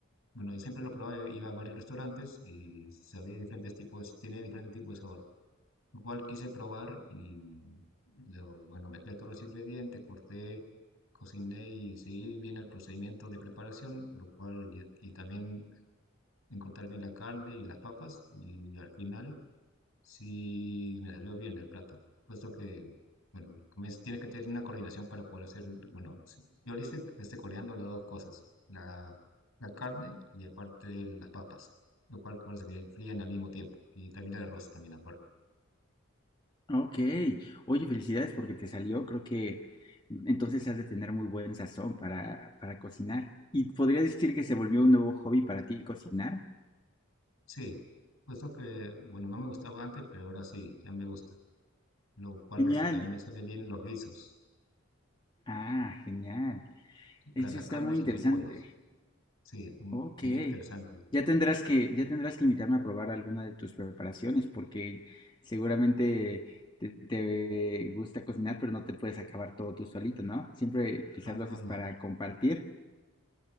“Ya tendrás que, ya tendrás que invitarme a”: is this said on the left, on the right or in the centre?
Left